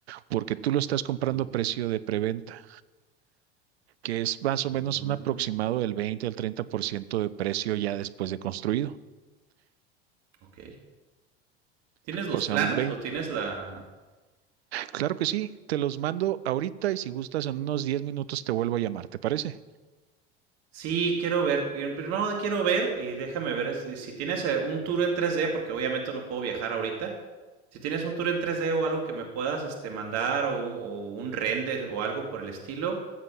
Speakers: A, on the right; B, on the right.
A: porque tú lo estás comprando
B: ujú.
A: a precio de preventa, que es más o
B: Mm,
A: menos un aproximado del 20 al 30% de precio ya después de construido.
B: ok. ¿Tienes los
A: O sea,
B: planos
A: un 20.
B: o tienes la...?
A: Claro que sí, te los mando ahorita y si gustas en unos 10 minutos te vuelvo a llamar, ¿te parece?
B: Sí, quiero ver. Prim- Primero quiero ver y déjame ver si si tienes eh, un tour en 3D, porque obviamente no puedo viajar ahorita. Si tienes un tour en 3D o algo que me puedas este, mandar o, un o un render o algo por el estilo,